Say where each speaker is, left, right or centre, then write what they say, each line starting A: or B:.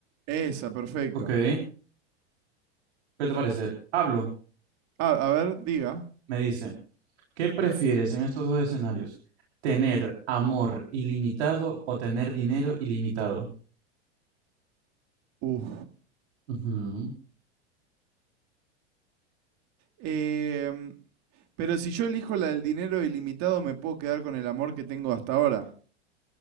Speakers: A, on the right; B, on the right.
A: Esa, perfecto.
B: Ok, ¿qué te parece? Hablo,
A: A, a ver, diga.
B: me dice. ¿Qué prefieres en estos dos escenarios? ¿Tener amor ilimitado o tener dinero ilimitado?
A: Uf.
B: Ujú.
A: Em, pero si yo elijo la del dinero ilimitado, me puedo quedar con el amor que tengo hasta ahora.